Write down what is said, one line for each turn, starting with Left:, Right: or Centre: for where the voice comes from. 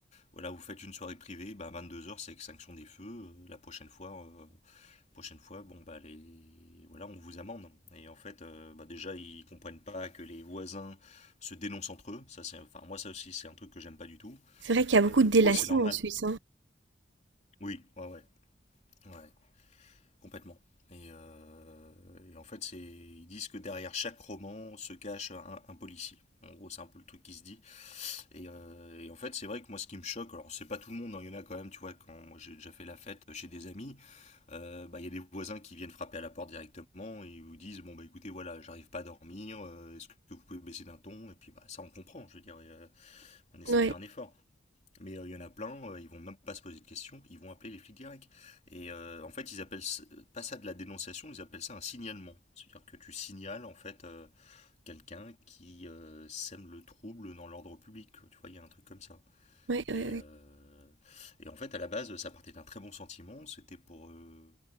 Left: voilà, vous faites une soirée privée, bah, 22 heures c'est extinction des feux. euh, la prochaine fois, euh, prochaine fois, bon bah les voilà, on vous amende. Et en fait, euh, bah, déjà ils comprennent pas que les voisins se dénoncent entre eux. Ça c'est, enfin moi ça aussi c'est un truc que j'aime pas du tout.
Right: C'est vrai qu'il y a beaucoup
Left: Euh, mais
Right: de délation
Left: pour eux c'est normal.
Right: en Suisse,
Left: Oui, ouais, ouais, ouais, complètement. Et, euh, et en fait c'est, ils disent que derrière chaque roman se cache un, un policier. En gros, c'est un peu le truc qui se dit. Et, euh, et en fait, c'est vrai que moi, ce qui me choque, alors c'est pas tout le monde, hein, il y en a quand même, tu vois, quand moi j'ai déjà fait la fête chez des amis, euh, bah, il y a des voisins qui viennent frapper à la porte directement et ils vous disent bon bah écoutez voilà j'arrive pas à dormir euh, est-ce que vous pouvez baisser d'un ton et puis bah ça on comprend je veux dire euh, on essaie
Right: Ouais,
Left: de faire un effort mais euh, il y en a plein euh, ils vont même pas se poser de questions ils vont appeler les flics directs et euh, en fait ils appellent ça- pas ça de la dénonciation ils appellent ça un signalement c'est-à-dire que tu signales en fait euh, quelqu'un qui euh, sème le trouble dans l'ordre public tu vois il y a un truc comme ça
Right: ouais, ouais,
Left: et,
Right: ouais.
Left: euh, et en fait, à la base, ça partait d'un très bon sentiment. C'était pour euh,